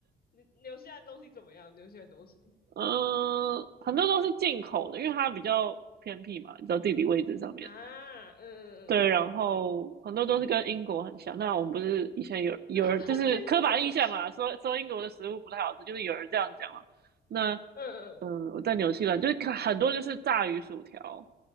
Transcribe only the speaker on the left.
纽纽西兰东西怎么样？纽西兰东西。
啊，嗯
它 <laughs> 跟英国很像
<laughs>，嗯，